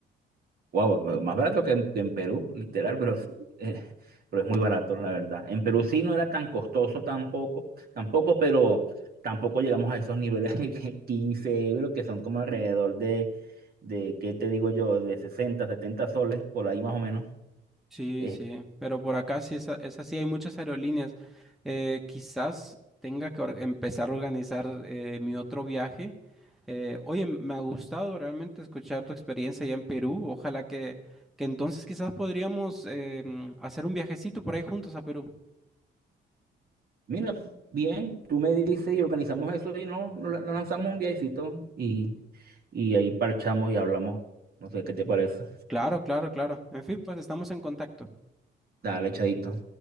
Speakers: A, on the right (about 50°); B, in the centre.
A: Wow, más barato que en, que en Perú, literal, pero, sí, eh, pero es muy barato, la verdad. En Perú sí no era tan costoso tampoco, tampoco, pero tampoco llegamos a esos niveles de que 15 euros, que son como alrededor de, de, ¿qué te digo yo? De 60, 70 soles, por ahí más o menos.
B: Sí,
A: Eh,
B: sí, pero por acá sí es, a- es así, hay muchas aerolíneas. Eh, quizás tenga que or- empezar a organizar eh, mi otro viaje. Eh, oye, me ha gustado realmente escuchar tu experiencia allá en Perú. Ojalá que, que entonces quizás podríamos eh, mm, hacer un viajecito por ahí juntos a Perú.
A: mira, bien, tú me dices y organizamos eso y no, nos la- nos lanzamos un viajecito y, y ahí parchamos y hablamos. No sé, ¿qué te parece?
B: Claro, claro, claro. En fin, pues estamos en contacto.
A: Dale, echadito.